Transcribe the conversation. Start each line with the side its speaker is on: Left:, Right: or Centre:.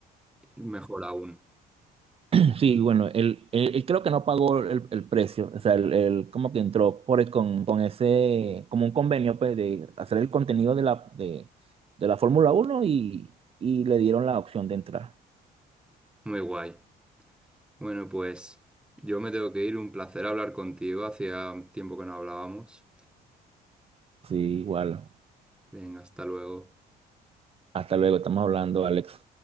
Centre: mejor aún.
Right: <clears throat> Sí, bueno, él, él, él creo que no pagó el, el precio, o sea, él, él como que entró por el- con, con ese, como un convenio, pues, de hacer el contenido de la, de, de la Fórmula uno y, y le dieron la opción de entrar.
Centre: Muy guay. Bueno, pues yo me tengo que ir. Un placer hablar contigo. Hacía tiempo que no hablábamos.
Right: Sí, igual.
Centre: Venga, hasta luego.
Right: Hasta luego, estamos hablando, Alex.